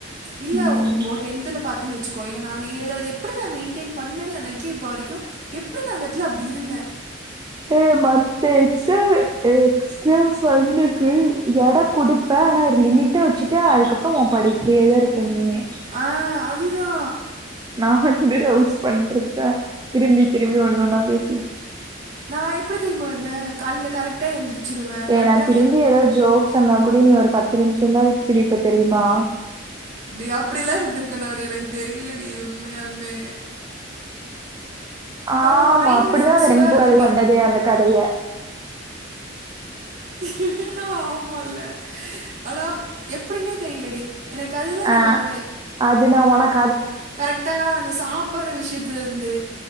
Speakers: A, on the right (about 40°); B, on the right (about 20°).
A: இல்ல
B: ம்
A: இப்போ டென்த்துல பாத்துன்னு வச்சு க்கோயே நான் ஏதாது எப்படி நா மெயின்டெயின் பண்ணே எனக்கே இப்போ வரைக்கும் எப்டி நா அந்த இடத்துல அப்டி இருந்தே
B: ஹ மத்த எக்ஸ்டா எக் ஸ்டெல்ஸ் பண்ணுக்கு இட கொடுப்பே ஆனா ஒரு லிமிட்டை வச்சுட்டு அதுக்கப்புற உன் படிப்பேதா இருப்ப பண்ணியே
A: ஆ அதுதா
B: நா வந்து லவ்ஸ் பண்ருப்பே திரும்பி திரும்பி ஒண்ணுனா பேசின்
A: நா எப்டி தெரியுமா இருந்தே காலையில கரெக்ட்டா எந்திருச்சிருவே
B: ஏ
A: கரெக்டா
B: நா திரும்பி ஏதாவது ஜோக் சொன்னா கூடி நீ ஒரு பத்து நிமிஷந்தா வச்சிருப்ப தெரியுமா
A: டி அப்டி எல்லா இருந்திருக்கனாடி எனக்கு தெரியலடி உண்மையாலமே
B: ஆமா
A: ஒரு மைண்ட்ல
B: அப்படிதா
A: ஃபிக்ஸடா
B: அந்த <unintelligible>
A: இருந்தேன்டி.
B: வந்ததே அந்த கதையை
A: அ ஆமால்ல ஆனா எப்படின்னே தெரியலடி எனக்கு அதுதா எனக்கு
B: ஆ
A: அந்த
B: அது நா உனக்
A: கரெக்டா அந்த சாப்பட்ற விஷயத்துலருந்து